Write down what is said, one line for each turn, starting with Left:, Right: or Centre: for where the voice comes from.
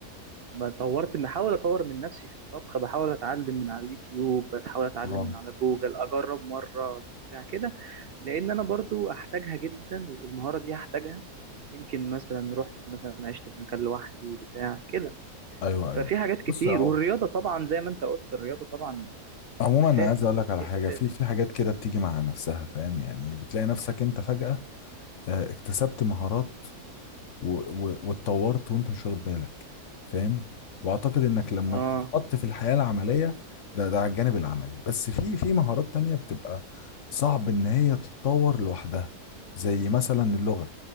Right: ما طورت بحاول اطور من نفسي في الطبخ بحاول اتعلم من على اليوتيوب بحاول اتعلم
Left: اه
Right: من على جوجل اجرب مره بتاع كده لان انا برضو احتاجها جدا المهاره دي هحتاجها يمكن مثلا رحت مثلا عشت في مكان لوحدي بتاع كده
Left: ايوه
Right: ففي
Left: ايوه
Right: حاجات كتير
Left: بص اه
Right: والرياضه طبعا زي ما انت قلت الرياضه طبعا
Left: عموما
Right: اساسي
Left: انا عايز اقول لك على
Right: شيء
Left: حاجه
Right: اساسي
Left: في في حاجات كده بتيجي مع نفسها فاهم يعني بتلاقي نفسك انت فجاه آه، اكتسبت مهارات و- و- واتطورت وانت مش واخد بالك فاهم واعتقد انك لما
Right: اه
Left: بتتحط في الحياه العمليه ده ده على الجانب العملي بس في في مهارات تانية بتبقى صعب ان هي تتطور لوحدها زي مثلا اللغه